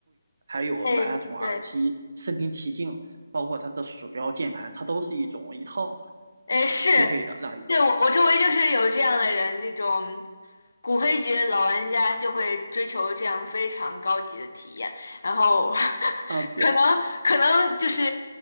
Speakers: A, on the right; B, on the left.
A: 还有买那种耳机，
B: 对对。
A: 身临其境，包括它的鼠标、键盘，它都是一种一套
B: 哎，是，
A: 匹配的那一种。
B: 对，我我周围就是有这样的人，那种骨灰级的老玩家就会追求这样非常高级的体验，然后 <laughs>
A: 啊、对。
B: 可能可能就是，